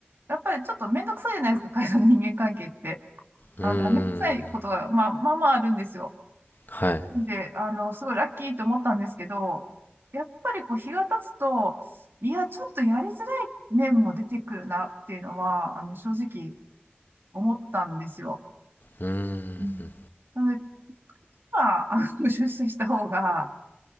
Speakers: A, on the right (about 65°); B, on the left (about 55°).
A: やっぱりちょっとめんどくさいじゃないですか、会社の人間関係って。
B: うーん、
A: あ、めんどくさいことが、まあ、まあまああるんですよ。
B: はい。
A: なんで、あの、すごいラッキーと思ったんですけど、やっぱりこう日が経つと、いや、ちょっとやりづらい面も出てくるなっていうのは、あの、正直思ったんですよ。
B: うーん、
A: うん。なので、今あ、あの、出社した方が